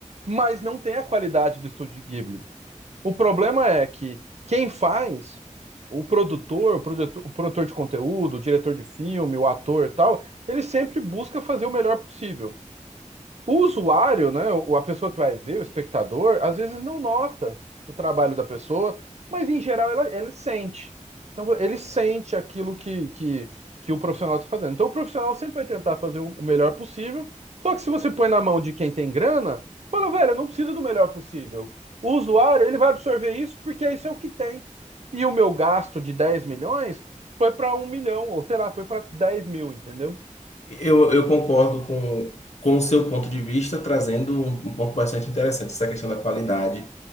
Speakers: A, on the right; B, on the left.
A: mas não tem a qualidade do estúdio Ghibli. O problema é que quem faz, o produtor, o produtor, o produtor de conteúdo, o diretor de filme, o ator e tal, ele sempre busca fazer o melhor possível. O usuário, né, o- a pessoa que vai ver, o espectador, às vezes não nota o trabalho da pessoa, mas em geral ela, ele sente. Então ele sente aquilo que, que, que o profissional está fazendo. Então o profissional sempre vai tentar fazer o o melhor possível, só que se você põe na mão de quem tem grana, fala, velho, eu não preciso do melhor possível. O usuário, ele vai absorver isso porque isso é o que tem. E o meu gasto de 10 milhões foi para um milhão, ou sei lá, foi para 10 mil, entendeu?
B: Eu, eu concordo com, com o seu ponto de vista, trazendo um, um ponto bastante interessante, essa questão da qualidade.